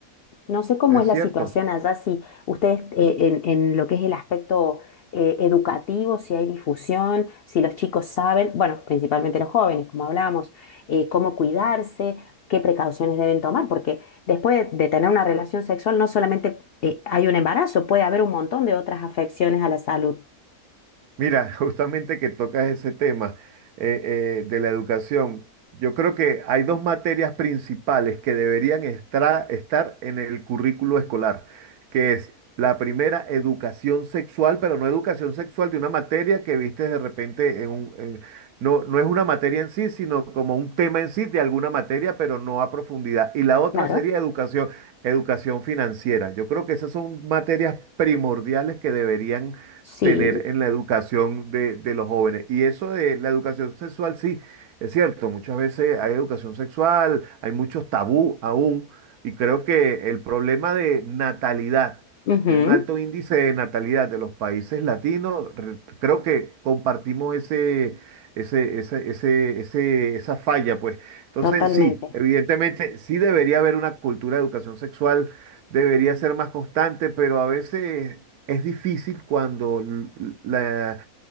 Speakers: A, on the left; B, on the right.
A: No sé cómo
B: Es
A: es la
B: cierto.
A: situación allá, si ustedes eh, en, en lo que es el aspecto eh, educativo, si hay difusión, si los chicos saben, bueno, principalmente los jóvenes, como hablábamos, eh, cómo cuidarse, qué precauciones deben tomar, porque después de tener una relación sexual no solamente eh, hay un embarazo, puede haber un montón de otras afecciones a la salud.
B: Mira, <laughs> justamente que tocas ese tema eh, eh, de la educación, yo creo que hay dos materias principales que deberían estra- estar en el currículo escolar, que es la primera, educación sexual, pero no educación sexual de una materia que viste de repente en un... en- no, no es una materia en sí, sino como un tema en sí de alguna materia, pero no a profundidad. Y la otra
A: Claro.
B: sería educación, educación financiera. Yo creo que esas son materias primordiales que deberían
A: Sí,
B: tener en la educación de, de los jóvenes. Y eso de la educación sexual, sí, es cierto, muchas veces hay educación sexual, hay muchos tabú aún, y creo que el problema de natalidad,
A: ujú,
B: de un alto índice de natalidad de los países latinos, re- creo que compartimos ese... Ese, ese, ese, ese- esa falla, pues. Entonces,
A: Totalmente.
B: sí, evidentemente, sí debería haber una cultura de educación sexual Debería ser más constante, pero a veces es difícil cuando l- la,